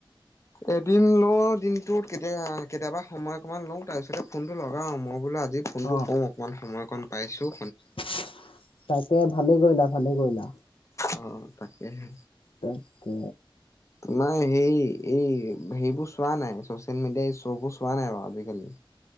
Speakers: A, on the left (about 35°); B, on the left (about 80°).
A: এদিননো দিনটোত কেতিয়া কেতিয়াবা সময় অকণমান লওঁ, তাৰপিছতে ফোনটো লগাওঁ, মই বোলো আজি ফোনটো
B: অ
A: কওঁ। অকণমান সময় অকণ পাইছোঁ।
B: তাকে ভালেই কৰিলা, ভালে কৰিলা।
A: অ' তাকেহে
B: তাকে
A: তোমাৰ সেই এই সেইবোৰ চোৱা নাই চচিয়েল মেডিয়াই শ্ববোৰ চোৱা নাই বাৰু আজিকালি।